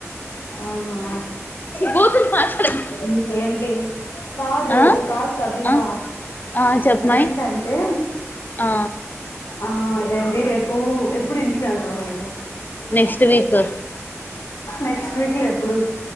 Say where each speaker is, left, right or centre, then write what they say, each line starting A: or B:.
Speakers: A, on the left (about 75°); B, on the left (about 35°).
A: అవునా
B: భూతులు మాట్లాడకు
A: ఇంకేంటి కాదు
B: ఆ
A: కాల్ సబిహా
B: ఆ ఆ చెప్పు
A: అదేంటంటే
B: మాయి ఆ
A: ఆ ఆ అదేంది రేపు ఎప్పుడు ఇంటిక వెళ్తావు నువ్వు
B: నెక్స్ట్ వీక్
A: నెక్స్ట్ వీక్ ల్ఎప్పుడు